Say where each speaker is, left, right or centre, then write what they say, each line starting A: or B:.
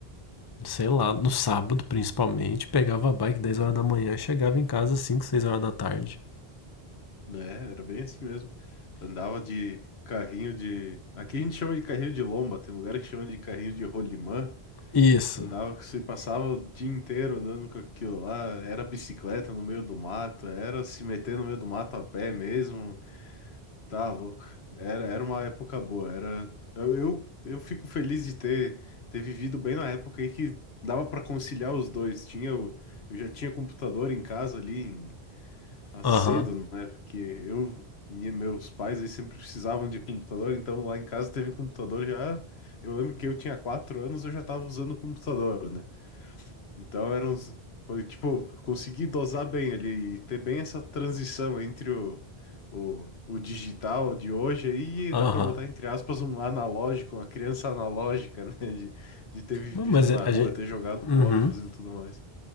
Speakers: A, on the left; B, on the left.
A: sei lá, no sábado principalmente, pegava a bike 10 horas da manhã, chegava em casa 5 6 horas da tarde.
B: né? Era bem assim mesmo. Andava de carrinho de. Aqui a gente chama de carrinho de lomba, tem lugar que chama de carrinho de rolimã.
A: Isso.
B: Andava, você passava o dia inteiro andando com aquilo lá. Era bicicleta no meio do mato, era se meter no meio do mato a pé mesmo. Tá louco. Era, era uma época boa. Era. Eu, eu, eu fico feliz de ter, ter vivido bem na época aí que dava para conciliar os dois. Tinha o. Eu já tinha computador em casa ali, a cedo,
A: Aham,
B: né? Porque eu, minha- meus pais, eles sempre precisavam de computador, então lá em casa teve computador já. Eu lembro que eu tinha quatro anos, eu já tava usando computador, né? Então eram uns, foi tipo, eu consegui dosar bem ali e ter bem essa transição entre o, o, o digital de hoje aí, e
A: uhum,
B: dá
A: aham.
B: pra botar entre aspas um analógico, uma criança analógica, <laughs> né? De, de ter vivido
A: uhum. Mas
B: na
A: é- a
B: rua,
A: gente.
B: ter jogado
A: Uhum.
B: bola e fazendo tudo mais.